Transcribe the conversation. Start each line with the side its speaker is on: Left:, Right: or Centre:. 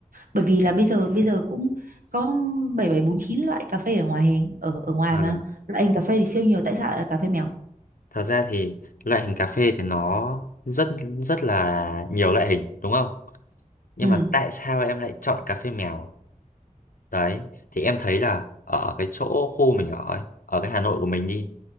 Right: bởi vì là bây giờ bây giờ cũng có 7749 loại cà phê ở ngoài hình ở ở ngoài
Left: Ờ.
Right: mà loại hình cà phê thì siêu nhiều tại sao lại là cà phê mèo
Left: Thật ra thì loại hình cà phê thì nó rất rất là nhiều loại hình đúng không? Nhưng
Right: ừ
Left: mà tại sao em lại chọn cà phê mèo? Đấy, thì em thấy là ở cái chỗ khu mình ở ấy, ở cái Hà Nội của mình đi,